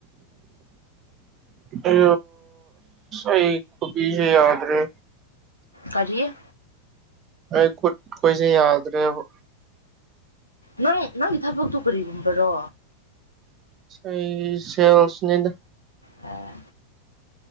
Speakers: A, on the right; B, on the left.
A: <inaudible> ꯑꯁ ꯑꯩ ꯈꯨꯕꯤꯁꯦ ꯌꯥꯗ꯭ꯔꯦ
B: ꯀꯔꯤꯦ
A: ꯑꯩ ꯈꯨꯠꯈꯣꯏꯁꯦ ꯌꯥꯗ꯭ꯔꯦꯕ
B: ꯅꯪ ꯅꯪꯒꯤ ꯊꯕꯛꯇꯨ ꯀꯔꯤꯒꯨꯝꯕꯔꯣ
A: ꯑꯩ ꯁꯦꯜꯁꯅꯤꯗ
B: ꯑꯦ